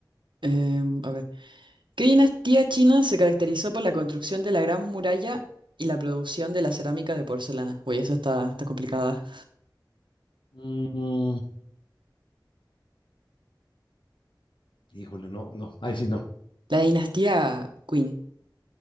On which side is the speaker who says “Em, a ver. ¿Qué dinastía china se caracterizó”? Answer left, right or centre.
Right